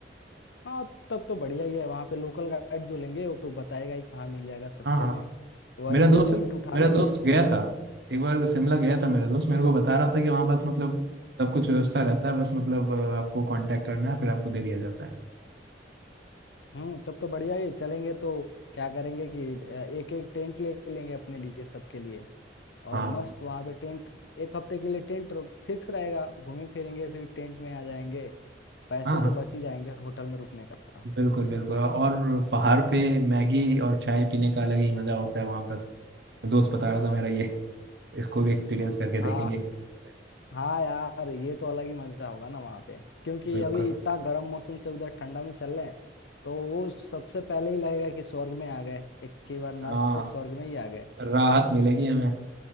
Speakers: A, on the left (about 90°); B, on the right (about 65°).
A: हाँ तब तो बढ़िया ही है वहाँ पे लोकल गाइड जो लेंगे वो तो बताएगा ही कहाँ मिल जाएगा सस्ते
B: हाँ हाँ
A: में वहीं
B: मेरा
A: से
B: दोस्त
A: टेंट उठा
B: मेरा
A: लेंगे
B: दोस्त गया था एक बार शिमला गया था मेरा दोस्त मेरे को बता रहा था कि वहाँ पास मतलब सब कुछ व्यवस्था रहता है बस मतलब अ, आपको कांटेक्ट करना है फिर आपको दे दिया जाता है
A: हम्म तब तो बढ़िया ही है। चलेंगे तो क्या करेंगे कि एक एक टेंट ले लेंगे अपने लिए सबके लिए और
B: हाँ
A: मस्त वहाँ पे टेंट एक हफ्ते के लिए टेंट फिक्स रहेगा घूमे फिरेंगे फिर टेंट में आ जाएंगे पैसे
B: हाँ हाँ
A: तो बच ही जाएंगे होटल में रुकने का
B: बिल्कुल बिल्कुल और पहाड़ पे मैगी और चाय पीने का अलग ही मजा होता है वहाँ पास दोस्त बता रहा था मेरा ये इसको भी एक्सपीरियंस करके देखेंगे
A: हाँ
B: कैसा लगता है
A: हाँ यार ये तो अलग ही मजा होगा ना वहाँ पे क्योंकि
B: बिल्कुल
A: अभी इतना गर्म मौसम से उधर ठंडा में चल रहे हैं तो वो सबसे पहले ही लगेगा कि स्वर्ग में आ गए एक ही बार नर्क
B: हाँ
A: से स्वर्ग में ही आ गए
B: राहत मिलेगी हमें